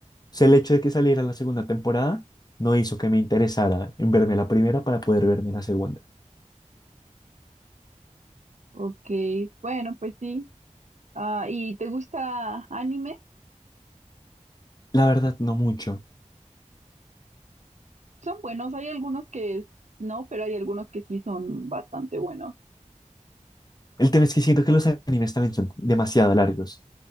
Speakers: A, on the left; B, on the right.
A: sea, el hecho de que saliera la segunda temporada no hizo que me interesara en verme la primera para poder verme la segunda.
B: Ok, bueno, pues sí. Ah, ¿y te gusta anime?
A: La verdad, no mucho.
B: Son buenos, hay algunos que no, pero hay algunos que sí son bastante buenos.
A: El tema es que siento que los animes también son demasiado largos.